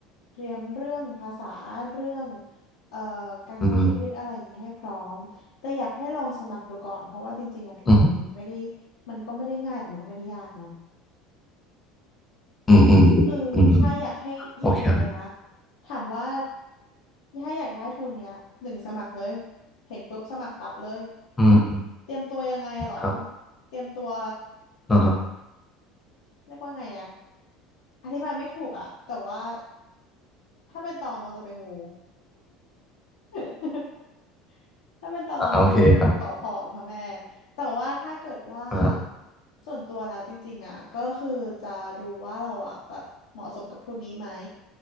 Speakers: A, on the left (about 70°); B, on the left (about 20°).
A: เตรียมเรื่องภาษาเรื่องเอ่อการใช้ชีวิตอะไรอย่างนี้ให้พร้อม
B: ืม
A: แต่อยากให้ลองสมัครดูก่อนเพราะว่าจริงๆอะทุนแบบนี้ไม่ได้
B: อืม
A: มันก็ไม่ได้ง่ายแต่มันก็ไม่ได้ยากเนาะ
B: อืมอืม
A: เออใช่อยากให้อีกหนึ่งเลยนะ
B: อืมโอเคครับ
A: ถามว่าถ้าอยากได้ทุนเนี้ยหนึ่งสมัครเลยเห็นปุ๊บสมัครปั๊บเลย
B: อืม
A: เตรียมตัวยังไงอะเหรอ
B: ครับ
A: เตรียมตัว
B: อ่าฮะ
A: เรียกว่าไงอะอธิบายไม่ถูกอะแต่ว่าถ้าเป็นตองตองจะไปมู <laughs> ถ้าเป็นตอนเราจะไปขอพรพระแม่
B: อ่าโอเคครับ
A: แต่ว่าถ้าเกิดว่า
B: อ่า
A: ส่วนตัวแล้วจริงๆอ่ะก็คือจะดูว่าเราอ่ะแบบเหมาะสมกับทุนนี้ไหม